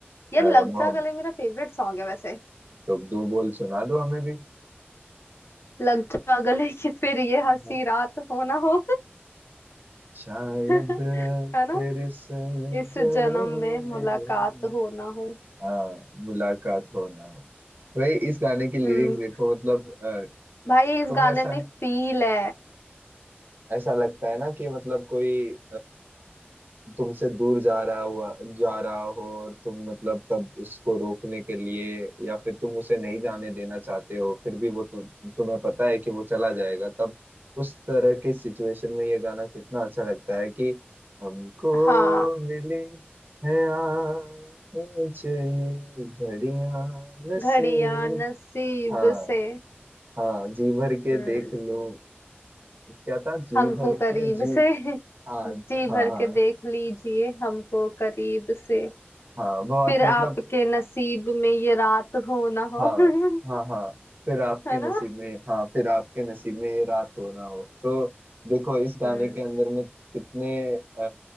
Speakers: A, on the left (about 80°); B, on the right (about 55°).
A: यार
B: अ,
A: लग
B: मोहम
A: जा गले मेरा फेवरेट सॉन्ग है वैसे
B: तो दो बोल सुना दो हमें भी <laughs>
A: लग जा गले कि फिर ये हंसी
B: हाँ।
A: रात हो ना हो
B: शायद
A: <laughs> है ना
B: फिर से
A: इस
B: जन्म
A: जन्म में मुलाकात
B: में
A: हो ना हो
B: हाँ मुलाकात हो ना हो भाई इस गाने की लिरिक्स
A: हम्म
B: देखो मतलब अ,
A: भाई इस
B: तुम्हें
A: गाने
B: ऐसा
A: में फील है
B: ऐसा लगता है ना कि मतलब कोई तुमसे दूर जा रहा हुआ जा रहा हो और तुम मतलब तब उसको रोकने के लिए या फिर तुम उसे नहीं जाने देना चाहते हो फिर भी वो तु, तुम्हें पता है कि वो चला जाएगा तब उस तरह की सिचुएशन में ये गाना कितना अच्छा लगता है कि हमको
A: हाँ
B: मिले है आज ये घड़ियां नसीब
A: घड़ियां नसीब
B: हाँ
A: से
B: हाँ जी भर के
A: हम्म
B: देख लो क्या था जी
A: हमको
B: भर के
A: करीब
B: जी
A: से <laughs>
B: हाँ
A: जी
B: ज- हाँ
A: भर
B: हाँ
A: के देख लीजिए हमको करीब से
B: हाँ बहुत
A: फिर
B: मतलब
A: आपके नसीब में ये रात हो ना हो
B: हाँ
A: <laughs>
B: हाँ हाँ फिर आपके
A: है ना
B: नसीब में हाँ फिर आपके नसीब में ये रात हो ना हो तो देखो इस गाने
A: हम्म
B: के अंदर में कितने अ,